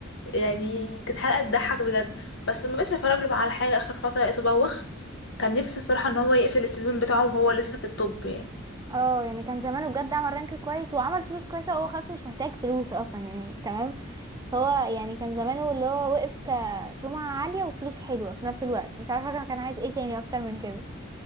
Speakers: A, on the left (about 65°); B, on the right (about 20°).
A: يعني كانت حلقة تضحك بجد بس ما بقتش بتفرج له بقى على حاجة آخر فترة لقيته بوخ كان نفسي بصراحة ان هو يقفل السيزون بتاعه وهو لسه في الطب يعني
B: اه يعني كان زمانه بجد عمل رانك كويس وعمل فلوس كويسة وهو خلاص مش محتاج فلوس اصلا يعني تمام هو يعني كان زمانه اللي هو وقف كسمعة عالية وفلوس حلوة في نفس الوقت مش عارفة كان كان عايز ايه تاني اكتر من كده